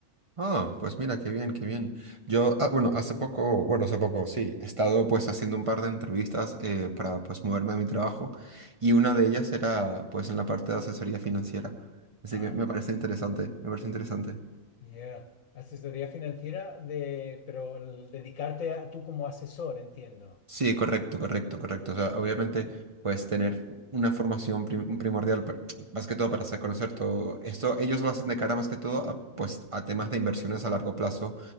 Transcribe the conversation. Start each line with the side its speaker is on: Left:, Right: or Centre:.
Right: Ah, pues mira, qué bien, qué bien. Yo, ah, bueno, hace poco, bueno, hace poco, sí, he estado pues haciendo un par de entrevistas eh, para pues moverme de mi trabajo y una de ellas era pues en la parte de asesoría financiera. Así
Left: Ah,
Right: que me parece interesante, me parece interesante.
Left: yeah. Asesoría financiera de, pero el dedicarte a tú como asesor, entiendo.
Right: Sí, correcto, correcto, correcto. O sea, obviamente, pues tener una formación prim- primordial, pa- más que todo para hacer conocer todo esto, ellos lo hacen de cara más que todo a, pues, a temas de inversiones a largo plazo,